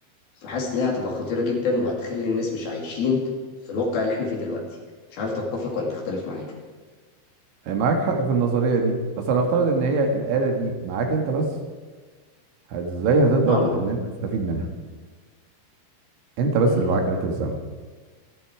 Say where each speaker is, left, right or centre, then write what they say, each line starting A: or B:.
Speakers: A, on the left; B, on the right.
A: فحاسس إنها هتبقى خطيرة جدا وهتخلي الناس مش عايشين في الواقع اللي احنا فيه دلوقتي مش عارف تتفق ولا تختلف معايا
B: آه، معاك حق في النظرية دي بس انا افترض ان هي الآلة دي معاك انت بس ازاي هتقدر
A: أم
B: ان انت تستفيد منها انت بس
A: مم.
B: اللي معاك آلة الزمن